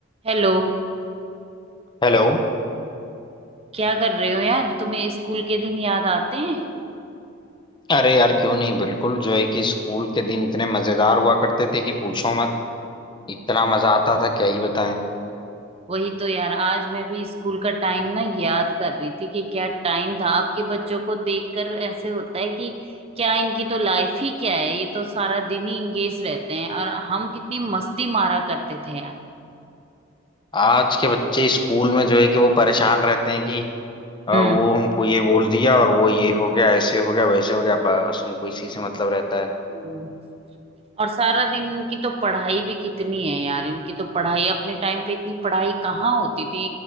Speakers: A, on the right; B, on the left.
A: Hello
B: Hello
A: क्या कर रहे हो यार तुम्हें स्कूल के दिन याद आते हैं
B: अरे यार क्यों नहीं बिल्कुल जो है कि स्कूल के दिन इतने मजेदार हुआ करते थे कि पूछो मत इतना मजा आता था क्या ही बताएं
A: वही तो यार आज मैं भी स्कूल का टाइम ना याद कर रही थी कि क्या टाइम था आपके बच्चों को देखकर ऐसे होता है कि क्या इनकी तो लाइफ ही क्या है ये तो सारा दिन ही इंगेज रहते हैं और हम कितनी मस्ती मारा करते थे यार
B: आज के बच्चे स्कूल में जो है कि वो परेशान रहते हैं कि अ,
A: हम्म
B: वो हमको ये बोल दिया और वो ये हो गया ऐसे हो गया वैसे हो गया बस उनको इसी से मतलब रहता है
A: हम्म, और सारा दिन इनकी तो पढ़ाई भी कितनी है यार इनकी तो पढ़ाई अपने टाइम पे इतनी पढ़ाई कहाँ होती थी